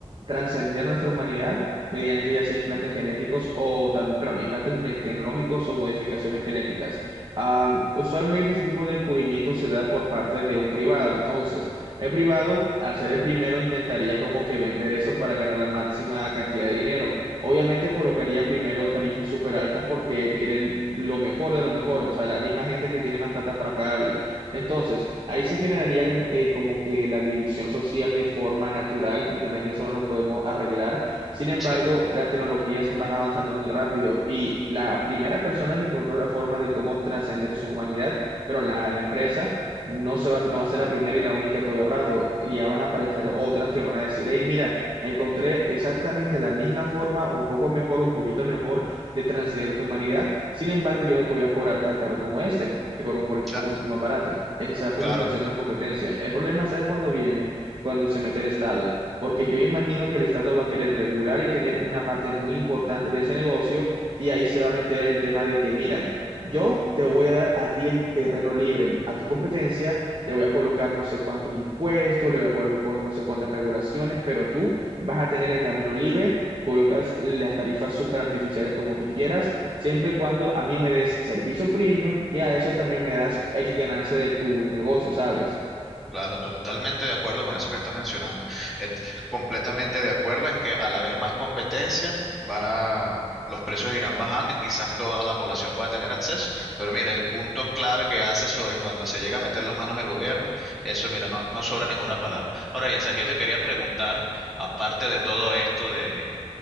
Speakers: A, on the right (about 45°); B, in the centre.
A: trascender nuestra humanidad mediante ya sea implantes genéticos o también, perdón, implantes me- tecnológicos o modificaciones genéticas. Ah, usualmente ese tipo de descubrimiento se da por parte de un privado. Entonces, el privado, al ser el primero, intentaría como que vender eso para ganar la máxima cantidad de dinero. Obviamente colocaría primero tarifas súper altas porque quiere el- lo mejor de lo mejor, o sea, la misma gente que tiene más plata para pagarle. Entonces, ahí se generaría eh, como que la división social de forma natural, tristemente eso no lo podemos arreglar. Sin embargo,
B: Sí,
A: las tecnologías van avanzando muy rápido y la primera persona que encontró la forma de cómo trascender su humanidad, pero la la empresa no se va a hacer, no va a ser la primera y la única todo el rato. Ya van a aparecer otras que van a decir, hey, mira, encontré exactamente la misma forma, un poco mejor, un poquito mejor de transcender tu humanidad. Sin embargo, yo no te voy a cobrar tan caro como este, te cobro un, poquito-
B: cla-
A: un poquito más barato. Y así se va como
B: claro,
A: que haciendo una competencia. El problema, ¿sabes cuándo viene? Cuando se mete el Estado. Porque yo imagino que el Estado va a querer regular y tener una parte muy importante de ese negocio y ahí se va a meter el tema de que, mira, yo te voy a dar a ti el terreno libre. A tu competencia le voy a colocar no sé cuántos impuestos, le voy a colocar con no sé cuántas regulaciones, pero tú vas a tener el camino libre. Colocas las tarifas súper artificiales como tú quieras, siempre y cuando a mí me des servicio premium y a eso también me das X ganancia de tu negocio, ¿sabes?
B: Claro, totalmente de acuerdo con eso que estás mencionando. Et- completamente de acuerdo en que al haber más competencia, van a, los precios irán bajando y quizás toda la población pueda tener acceso. Pero mira, el punto clave que hace sobre cuando se llega a meter las manos del gobierno, eso mira, no, no sobra ninguna palabra. Ahora bien, Sergio, yo te quería preguntar, aparte de todo esto de